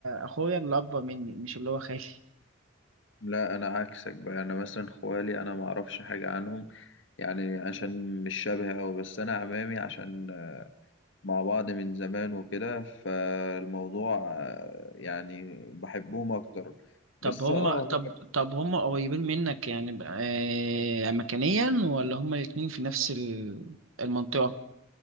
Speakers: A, on the right; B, on the left.
A: اخويا اللي اكبر مني مش اللي هو خالي
B: لا انا عكسك بقى انا مثلا خوالي انا ما اعرفش حاجة عنهم يعني عشان مش شبه أوي بس أنا عمامي عشان مع بعض من زمان وكده فالموضوع آه، يعني بحبهم أكتر
A: طب
B: بس
A: هم
B: اه
A: طب طب هم قريبين منك يعني ب- آه مكانيا ولا هم الاتنين في نفس ال- المنطقة